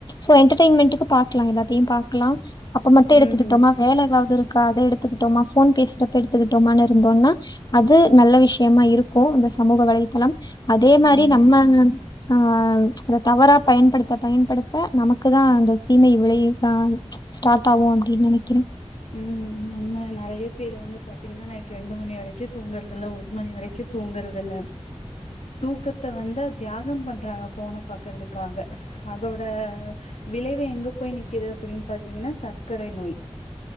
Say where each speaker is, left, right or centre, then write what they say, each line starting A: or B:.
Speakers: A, on the left (about 35°); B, on the left (about 80°).
A: ஸோ என்டர்டைமென்டுக்கு பாக்லா எதாது தி பாக்லா அப்ப மட்டு
B: ம்
A: எடுத்துக்கிட்டோம்னா வேல ஏதாவது இரு காத எடுத்துக்கிட்டோமா ஃபோன் பேசுறப்ப எடுத்துக்கிட்டோமானு இருந்தோனா அது நல்ல விஷயமா இருக்கு அந்த சமூக வலைத்தளம் அதே மாரி
B: ஆமா
A: நம்ம ஆ வ் அத தவறா பயன்படுத்த பயன்படுத்த நமக்கு தா அந்த தீமை விளையு ஆ ஸ்டாட் ஆகு அப்டின்னு நனைக்கிறே
B: உ உ உன்ம நறையா பேரு வந்து பாத்திங்கன்னா நைட் ரெண்டு மணி வரைக்கு தூங்குறதுல்ல ஒரு மணி வரைக்கு தூங்குறதுல்ல தூக்கத்த வந்து தியாகம் பண்றாங்க ஃபோன பாக்குறதுக்காக அதோட விளைவு எங்க போய் நிக்குது அப்படின்னு பாத்திங்கன்னா சர்க்கரை நோய்